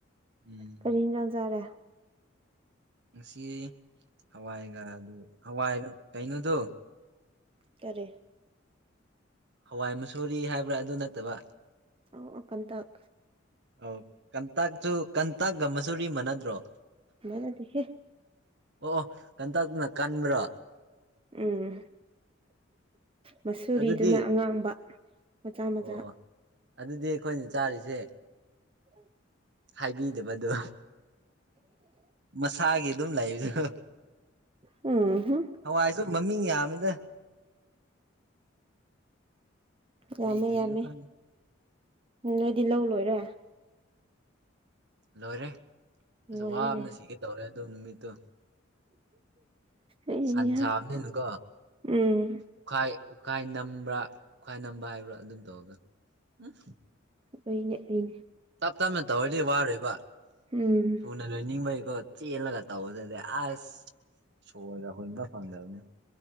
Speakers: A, on the right (about 60°); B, on the right (about 30°).
A: ꯎꯝ
B: ꯀꯔꯤ ꯏꯟꯁꯟ ꯆꯥꯔꯦ
A: ꯉꯁꯤ ꯍꯋꯥꯏꯒ ꯑꯗꯨ ꯍꯋꯥꯏ ꯀꯩꯅꯣꯗꯣ
B: ꯀꯔꯤ
A: ꯍꯋꯥꯏ ꯃꯁꯨꯔꯤ ꯍꯥꯏꯕ꯭ꯔꯥ ꯑꯗꯨ ꯅꯠꯇꯕ
B: ꯑꯣ ꯑꯣ ꯀꯟꯇꯛ
A: ꯑ ꯀꯟꯇꯛꯇꯨ ꯀꯟꯇꯛꯒ ꯃꯁꯨꯔꯤ ꯃꯥꯟꯅꯗ꯭ꯔꯣ
B: ꯃꯅꯗꯤꯍꯦ
A: ꯑꯣ ꯑꯣ ꯀꯟꯇꯛꯅ ꯀꯟꯕ꯭ꯔꯥ
B: ꯎꯝ ꯃꯁꯨꯨꯔꯤꯗꯨꯅ
A: ꯑꯗꯨꯗꯤ
B: ꯑꯉꯥꯡꯕ ꯃꯆꯥ ꯃꯆꯥ
A: ꯑꯣ ꯑꯣ ꯑꯗꯨꯗꯤ ꯑꯩꯈꯣꯏꯅ ꯆꯥꯔꯤꯁꯦ
B: <inaudible>
A: ꯍꯥꯏꯕꯤꯗꯕꯗꯣ ꯃꯁꯥꯒꯤ ꯑꯗꯨꯝ ꯂꯩꯗꯨꯅ
B: ꯎꯝ ꯍꯨꯝ
A: ꯍꯋꯥꯏꯁꯨ ꯃꯃꯤꯡ ꯌꯥꯝꯃꯤꯗ ꯀꯔꯤ
B: ꯌꯥꯝꯃꯦ
A: ꯀꯔꯤꯅꯣ
B: ꯌꯥꯝꯃꯦ
A: ꯈꯪꯗꯦ
B: ꯎꯝ ꯅꯣꯏꯗꯤ ꯂꯧ ꯂꯣꯏꯔꯦ
A: ꯂꯣꯏꯔꯦ
B: ꯅꯨꯡꯉꯥꯏꯔꯦꯅꯦ
A: ꯑꯁ ꯋꯥꯕꯅ ꯁꯤꯒꯦ ꯇꯧꯔꯦ ꯑꯗꯨ ꯅꯨꯃꯤꯠꯇꯨ
B: ꯑꯩꯍꯥ
A: ꯁꯟꯖꯥꯕꯅꯤꯅꯀꯣ
B: ꯎꯝ
A: ꯎꯈꯥꯏ ꯎꯈꯥꯏ ꯅꯝꯕ꯭ꯔꯥ ꯎꯠꯈꯥꯏ ꯅꯝꯕ ꯍꯥꯏꯕ꯭ꯔꯥ ꯑꯗꯨꯝ ꯇꯧꯔꯒꯅ ꯎꯝ
B: ꯂꯣꯏ ꯅꯠꯂꯤꯅꯦ
A: ꯇꯞ ꯇꯞꯅ ꯇꯧꯔꯗꯤ ꯋꯥꯔꯣꯏꯕ
B: ꯎꯝ
A: ꯊꯨꯅ ꯂꯣꯏꯅꯤꯡꯕꯩꯀꯣ ꯆꯦꯜꯂꯒ ꯇꯧꯕꯗꯗꯤ ꯑꯁ ꯁꯣꯔꯒ ꯍꯣꯟꯕ ꯉꯝꯗꯕꯅꯦ